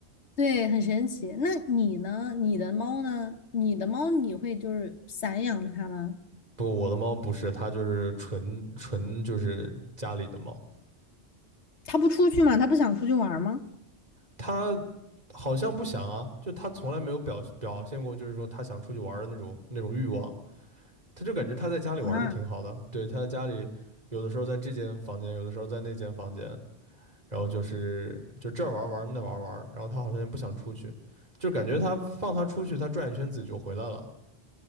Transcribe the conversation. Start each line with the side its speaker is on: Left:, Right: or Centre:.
Left: 对，很神奇。那你呢？你的猫呢？你的猫你会就是散养它吗？
Right: 不，我的猫不是，它就是纯纯就是家里的猫，
Left: 它不出去吗？它不想出去玩吗？
Right: 它好像不想啊，就它从来没有表表现过，就是说它想出去玩儿的那种那种欲望。它就感觉它在家里玩的挺好的，
Left: 啊，
Right: 对，它在家里有的时候在这间房间，有的时候在那间房间，然后就是就这儿玩玩那玩玩，然后他好像也不想出去，就感觉他放他出去，他转一圈自己就回来了